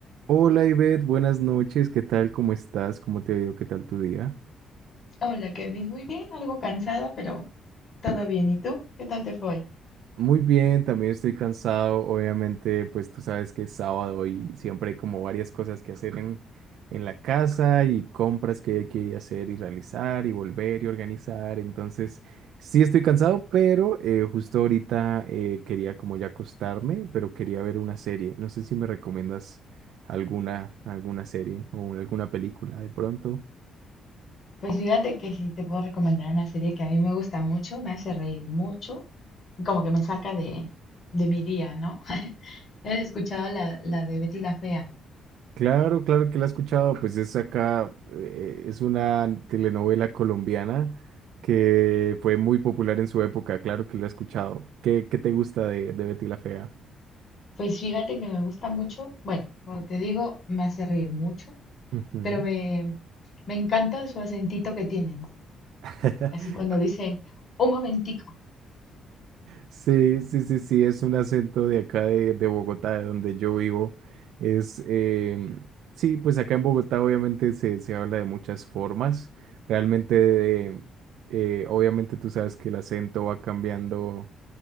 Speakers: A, on the right (about 80°); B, on the left (about 45°).
A: Hola Ivette, buenas noches, ¿qué tal? ¿Cómo estás? ¿Cómo te ha ido? ¿Qué tal tu día?
B: Hola Kevin, muy bien, algo cansada, pero todo bien. ¿Y tú? ¿Qué tal te fue?
A: Muy bien, también estoy cansado, obviamente, pues tú sabes que es sábado y siempre hay como varias cosas que hacer en, en la casa y compras que hay que hacer y realizar y volver y organizar, entonces sí estoy cansado, pero eh, justo ahorita eh, quería como ya acostarme, pero quería ver una serie, no sé si me recomiendas alguna, alguna serie o alguna película de pronto.
B: Pues fíjate que sí, te puedo recomendar una serie que a mí me gusta mucho, me hace reír mucho, y como que me saca de, de mi día, ¿no? <laughs> ¿Has escuchado la, la de Betty la Fea?
A: Claro, claro que la he escuchado, pues es acá, eh, es una telenovela colombiana que fue muy popular en su época, claro que lo he escuchado. ¿Qué, qué te gusta de, de Betty la Fea?
B: Pues fíjate que me gusta mucho, bueno, como te digo, me hace reír mucho,
A: Ujú.
B: pero me, me encanta su acentito que tienen.
A: <laughs>
B: Así cuando dicen, un momentico.
A: Sí, sí, sí, sí, es un acento de acá de, de Bogotá, de donde yo vivo. Es, em, sí, pues acá en Bogotá obviamente se, se habla de muchas formas. Realmente, eh, eh, obviamente tú sabes que el acento va cambiando